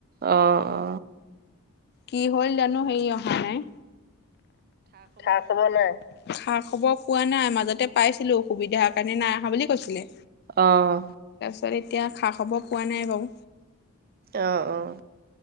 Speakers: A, on the right; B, on the left.
A: অহ অ
B: কি হল জানো হেৰি অহা নাই খা খবৰ নাই খা খবৰ পোৱা নাই মাজতে পাইছিলো অসুবিধাৰ কাৰণে নাই অহা বুলি কৈছিলে
A: অহ
B: তাৰপিছত এতিয়া খা খবৰ পোৱা নাই বাও
A: অহ অহ